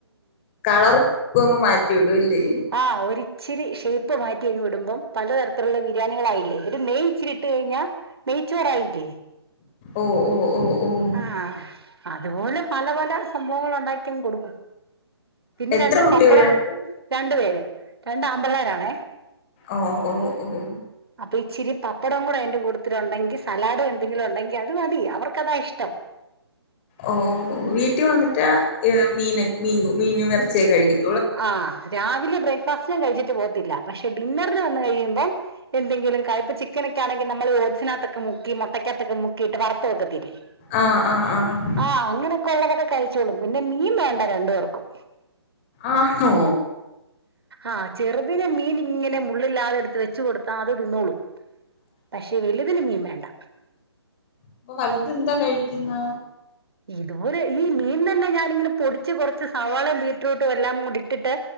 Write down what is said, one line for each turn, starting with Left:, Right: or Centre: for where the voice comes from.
Left: കളർങ്ങ് മാറ്റി വിടുല്ലേ
Right: ആഹ് ഒരിച്ചിരി ഷേപ്പ് മാറ്റി ങ്ങ് വിടുമ്പോം പലതരത്തിലുള്ള ബിരിയാണികളായില്ലേ ഒരു നെയ്ച്ചിരി ട്ട് കഴിഞ്ഞ നെയ്ച്ചോറ് ആയില്ലേ
Left: ഓഹ് ഓഹ് ഓഹ് ഓഹ്
Right: ആഹ് അതുപോലെ പല പല സംഭവങ്ങൾ ഉണ്ടാക്കിങ്ങ് കൊടുക്കും പിന്നെ
Left: എത്ര
Right: രണ്ട്
Left: കുട്ടികളുണ്ട്
Right: പപ്പടം കൂ രണ്ട് പേര് രണ്ട് ആമ്പിളരാണേ
Left: ഓഹ് ഓഹ് ഓഹ്
Right: അപ്പൊ ഇച്ചിരി പപ്പടം കൂടെ അതിന്റെ കൂട്ടത്തിൽഉണ്ടെങ്കി സലഡും എന്തങ്കിലും ഉണ്ടെങ്കി അത് മതി അവർക്കത ഇഷ്ടം ടം
Left: ഓഹ് വീട്ടിൽ വന്നിട്ട് മീന മീൻ മീൻ എറച്ചിയൊക്കെ കഴിക്കും
Right: ആഹ് രാവിലെ ബ്രേക്ക്ഫാസ്റ്റിനും കഴിച്ചിട്ട് പോവത്തില്ല പക്ഷെ ഡിന്നറിന് വന്ന് കഴിയുമ്പോം എന്തെങ്കിലും കായിപ്പി മക്കൊക്കൊെങ്കി നമ്മള് ഓട്സിനകത്തൊെ മുകി മുട്ടക്കത്തൊക്കെ മുക്കിട് വറുത്തത് വക്കത്തില്ലെ
Left: ആഹ് ആഹ് ആഹ്
Right: ആഹ് അങ്ങനൊക്കെ ഉള്ളതൊക്കെ കഴിച്ചോളും പിന്നെ മീൻ വേണ്ട രണ്ടു പേർക്കും
Left: ആഹോ
Right: ആ ചെറുതിനെ മീൻ ഇങ്ങനെ മുള്ളില്ലാതെ എടുത്ത് വെച്ച് കൊടുത്താ അത് തിന്നോളും
Left: ഉ
Right: പക്ഷേ വലുതിന് മീൻ വേണ്ട
Left: ഇപ്പൊ വലുത് എന്താ കഴിക്കുന്ന
Right: ഇതുപോലെ ഈ മീൻ തന്നെ ഞാനിങ്ങനെ പൊടിച്ച് കുറച്ച് സവാളയും ബീട്രൂട്ടും എല്ലാം കൂടി ഇട്ടിട്ട്